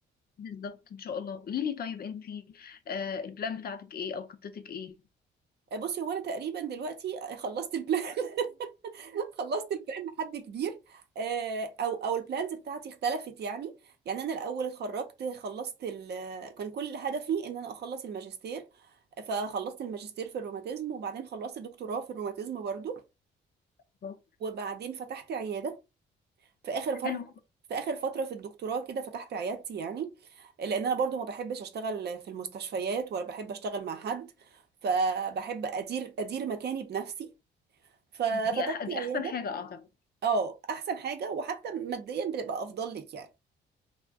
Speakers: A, on the left; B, on the right.
A: بالظبط ان شاء الله قولي لي طيب انت آه البلان بتاعتك ايه او خطتك ايه
B: آه، بصي هو انا تقريبا دلوقتي خلصت البلان <laughs> <laughs> خلصت البلان لحد كبير آه، او او البلانز بتاعتي اختلفت يعني يعني انا الاول اتخرجت خلصت ال... كان كل هدفي ان انا اخلص الماجستير فخلصت الماجستير في الروماتيزم وبعدين خلصت دكتوراه في الروماتيزم برضو
A: بالظبط.
B: وبعدين فتحت عيادة في اخر فرح
A: حلو
B: في اخر فترة في الدكتوراه كده فتحت عيادتي يعني لان انا برضو ما بحبش اشتغل في المستشفيات ولا بحب اشتغل مع حد فبحب ادير ادير مكاني بنفسي ففتحت
A: دي أح دي
B: عيادة
A: احسن حاجه اعتقد
B: اه احسن حاجه وحتى ماديا بتبقى افضل لك يعني